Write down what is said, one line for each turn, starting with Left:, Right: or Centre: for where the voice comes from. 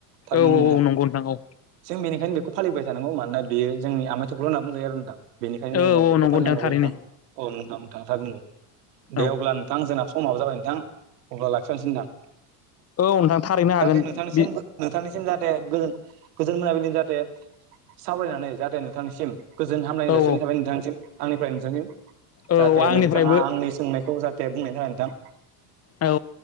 Right: थार
Left: औ
Right: ना
Left: औ नंगौ नोंथां औ
Right: जों बेनिखायनो बेखौ फालि लिबाय थानौ मानोना बेयो जोंनि आमथख्ल' होनना बुंजायो आरो दा बेनिखायनो
Left: औ
Right: जोङो
Left: औ
Right: बेखौ
Left: नंगौ
Right: फालिनांगौ
Left: थारैनो
Right: जायो नोंथां औ नोंथां नोंथाङा नोंगौ दे
Left: औ
Right: अब्ला नोंथां जोंना माबो जाबाय नोंथां अब्ला लाखिथनोसै नोंथां।
Left: नोंथां थारैनो हागोन
Right: जाहाथे नोंथांनिसिम
Left: बि
Right: नोंथांनिसिम जाहाथे ओ गोजोन मोनाबिलिजों जाहाथे सावरायनानै जाहाथे नोंथांनिसिम गोजोन हामलनाय
Left: औ
Right: जासिननि
Left: औ
Right: थाखाय नोंथांसिम आंनिफ्राय नोंथांसिम
Left: औ
Right: जाहाथे
Left: आंनिफ्रायबो
Right: नोंथाङा आंनि सोंनायखौ जाहाथे दे बुंनायनि थाखाय नोंथां <unintelligible>
Left: औ